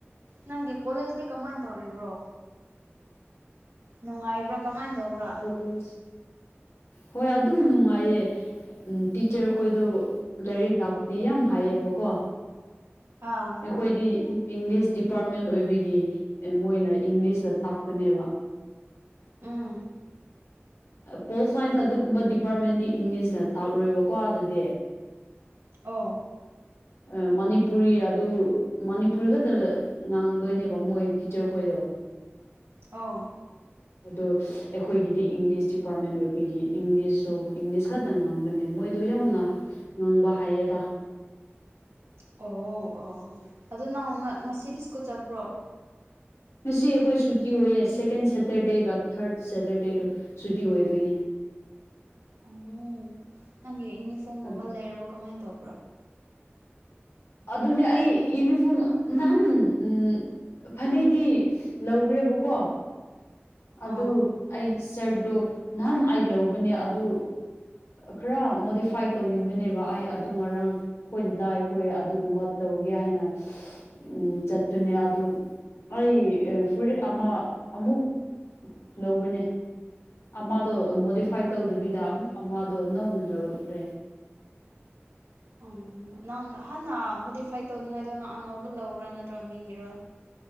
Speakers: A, on the right; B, on the left.
A: ꯅꯪꯗꯤ ꯀꯣꯂꯦꯖꯇꯤ ꯀꯃꯥꯏꯅ ꯇꯧꯔꯤꯕ꯭ꯔꯣ ꯅꯨꯡꯉꯥꯏꯕ꯭ꯔꯥ ꯀꯃꯥꯏꯅ ꯇꯧꯕ꯭ꯔ
B: ꯂꯨꯁ ꯍꯣꯏ ꯑꯗꯨꯝ ꯅꯨꯡꯉꯥꯏꯌꯦ ꯇꯤꯆꯔ ꯈꯣꯏꯗꯣ ꯂꯥꯏꯔꯤꯛ ꯇꯥꯛ ꯗꯤ ꯌꯥꯝ ꯍꯥꯏꯌꯦꯕꯀꯣ
A: ꯑꯥ
B: ꯑꯩꯈꯣꯏꯗꯤ ꯏꯪꯂꯤꯁ ꯗꯤꯄꯥꯔꯠꯃꯦꯟ ꯑꯣꯏꯕꯒꯤ ꯃꯣꯏꯅ ꯏꯪꯂꯤꯁꯇ ꯇꯥꯛꯄꯅꯦꯕ
A: ꯎꯝ
B: ꯄꯣꯜ ꯁꯥꯏꯟꯁꯇ ꯑꯗꯨꯒꯨꯝꯕ ꯗꯤꯄꯥꯔꯠꯃꯦꯟꯗꯤ ꯏꯪꯂꯤꯁꯅ ꯇꯥꯛꯔꯣꯏꯕꯀꯣ ꯑꯗꯨꯗꯤ
A: ꯑꯧ
B: ꯎꯝ ꯃꯅꯤꯄꯨꯔꯤ ꯑꯗꯨ ꯃꯅꯤꯄꯨꯔ ꯈꯛꯇꯗ ꯉꯥꯡꯗꯣꯢꯅꯦꯕ ꯃꯣꯏ ꯇꯤꯆꯔ ꯈꯣꯏꯗꯣ
A: ꯑꯣ
B: ꯑꯗꯣ ꯑꯩꯈꯣꯏꯒꯤꯗꯤ ꯏꯪꯂꯤꯁ ꯗꯤꯄꯥꯔꯠꯃꯦꯟ ꯑꯣꯏꯕꯒꯤ ꯏꯪꯂꯤꯁꯇꯣ ꯏꯪꯂꯤꯁ ꯈꯛꯇꯪ ꯉꯥꯡꯕꯅꯦ ꯃꯣꯏꯗꯣ ꯌꯥꯝꯅ ꯉꯪꯕ ꯍꯩꯌꯦꯗ
A: ꯑꯣ ꯑꯣ ꯑꯣ ꯑꯗꯨ ꯅꯪ ꯉꯁꯤꯗꯤ ꯁ꯭ꯀꯨꯜ ꯆꯠꯄ꯭ꯔꯣ
B: ꯉꯁꯤ ꯑꯩꯈꯣꯏ ꯁꯨꯇꯤ ꯑꯣꯏꯌꯦ ꯁꯦꯀꯦꯟ ꯁꯇꯔꯗꯦꯒ ꯊꯔ꯭ꯗ ꯁꯇꯔꯗꯦꯗꯨ ꯁꯨꯇꯤ ꯑꯣꯏꯗꯣꯏꯅꯦ
A: ꯑꯣ ꯅꯪꯒꯤ ꯌꯨꯅꯤꯐꯣꯝꯒꯨꯝꯕ
B: ꯑꯗꯨ
A: ꯂꯩꯔꯕ ꯀꯃꯥꯏ ꯇꯧꯕ꯭ꯔꯥ
B: ꯑꯗꯨꯅꯦ ꯑꯩ ꯌꯨꯅꯤꯐꯣꯝ ꯅꯍꯥꯟ ꯎꯝ ꯐꯅꯦꯛꯗꯤ ꯂꯧꯈ꯭ꯔꯦꯕꯀꯣ ꯑꯗꯨ
A: ꯑꯥ
B: ꯑꯩ ꯁꯔ꯭ꯗ ꯗꯣ ꯅꯍꯥꯟ ꯑꯩ ꯂꯧꯕꯅꯦ ꯑꯗꯨ ꯈꯔ ꯃꯣꯗꯤꯐꯥꯏꯠ ꯇꯧꯅꯤꯡꯕꯅꯦꯕ ꯑꯩ ꯑꯗꯨ ꯉꯔꯥꯡ ꯑꯩꯈꯣꯏ ꯗꯗꯥꯏ ꯍꯣꯏ ꯑꯗꯨꯒꯨꯝꯕ ꯇꯧꯒꯦ ꯍꯥꯏꯅ ꯎꯝ ꯆꯠꯄꯅꯦ ꯑꯗꯨ ꯑꯩ ꯐꯨꯔꯤꯠ ꯑꯃ ꯑꯃꯨꯛ ꯂꯧꯕꯅꯦ ꯑꯃꯗꯣ ꯃꯣꯗꯤꯐꯥꯏꯠ
A: ꯑꯣ
B: ꯇꯧꯗꯕꯤꯗ ꯑꯃꯨꯛ ꯑꯃꯗꯣ ꯅꯧꯅ ꯂꯧꯈ꯭ꯔꯦ
A: ꯎꯝ ꯅꯪ ꯍꯥꯟꯅ ꯃꯣꯗꯤꯐꯥꯏꯠ ꯇꯧꯅꯤꯡꯉꯥꯏꯗꯣ ꯅꯪ ꯑꯅꯧꯕ ꯂꯧꯕ꯭ꯔꯥ ꯅꯠꯇ꯭ꯔ ꯃꯤꯒꯤꯔꯥ